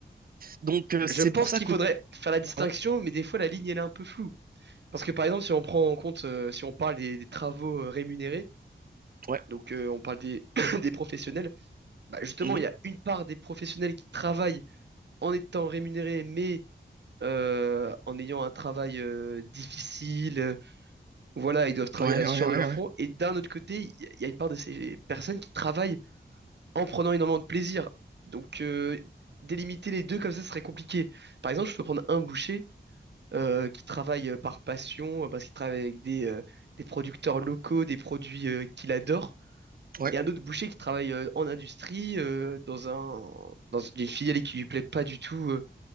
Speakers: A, on the right; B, on the right.
A: Donc, euh,
B: Je
A: c'est
B: pense
A: pour ça
B: qu'il
A: que...
B: faudrait faire la distinction,
A: Ouais,
B: mais des fois la ligne elle est un peu floue. Parce que par exemple, si on prend en compte, euh, si on parle des, des travaux euh, rémunérés,
A: ouais,
B: Donc euh, on parle des, <coughs> des professionnels. Bah, justement,
A: mhm.
B: il y a une part des professionnels qui travaillent en étant rémunérés, mais euh, en ayant un travail euh, difficile. euh, Voilà, ils doivent travailler
A: ouais,
B: à la sueur
A: ouais, ouais,
B: de leur
A: ouais,
B: front. Et d'un autre côté, il y a- il y a une part de ces personnes qui travaillent en prenant énormément de plaisir. Donc euh, délimiter les deux comme ça serait compliqué. Par exemple, je peux prendre un boucher euh, qui travaille euh, par passion, euh, parce qu'il travaille avec des, euh, des producteurs locaux, des produits euh, qu'il adore
A: ouais,
B: et un autre boucher qui travaille euh, en industrie, euh, dans un, dans une filiale qui lui plaît pas du tout, euh,